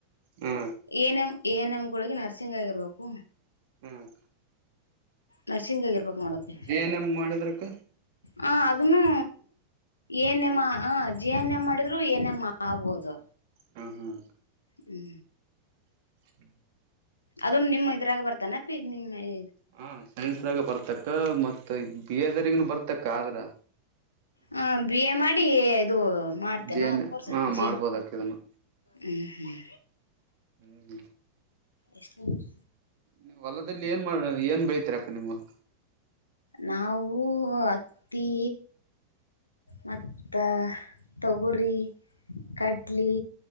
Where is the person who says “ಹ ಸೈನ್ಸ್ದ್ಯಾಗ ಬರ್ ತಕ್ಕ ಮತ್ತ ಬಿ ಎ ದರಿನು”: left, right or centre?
Right